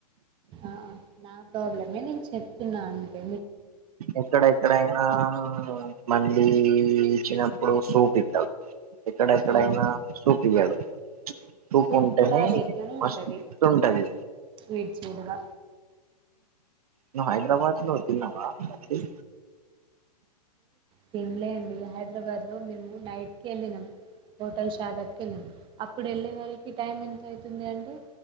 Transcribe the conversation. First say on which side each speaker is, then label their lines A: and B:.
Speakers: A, on the right (about 25°); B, on the right (about 60°).
A: ఆ నా ప్రాబ్లమే నేను చెప్తున్నా అంటే
B: ఎక్కడ ఎక్కడైనా మళ్ళీ వచ్చినప్పుడు సూప్ ఇట్టాడు ఎక్కడెక్కడైనా
A: అవును
B: సూప్ ఇగాడు తూపు
A: సూప్
B: ఉంటేనే
A: కూడా అది ఎట్లనో
B: మస్తు
A: ఉంటది
B: ఉంటది
A: స్వీట్ స్వీట్గా
B: ను హైదరాబాద్ లో వత్తున్నావా అ
A: తింలే అండి హైదరాబాద్ లో మేము నైట్ కే వెళ్ళినాం హోటల్ షాదాబ్ కి వెల్లినం అప్పుడు వెళ్ళేవరి టైం ఎంతయితుంది ట